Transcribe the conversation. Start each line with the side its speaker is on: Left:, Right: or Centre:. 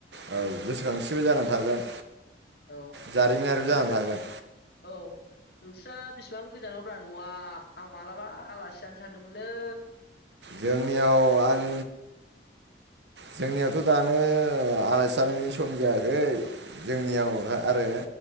Right: औ गोसोखांसिबो जानानै थागोन।
Left: औ
Right: जारिमिनारिबो
Left: ओमफ्राय
Right: जानानै
Left: नो
Right: थागोन
Left: औ। नोंस्रा बिसिबां गोजानाव ब्रा न'आ आं मालाबा आलासि जानो सानदोंमोनलै।
Right: जोंनियाव आं जोंनियावथ' दानो आलाायसि जानायनि सम जायाखै, जोंनियाव आरो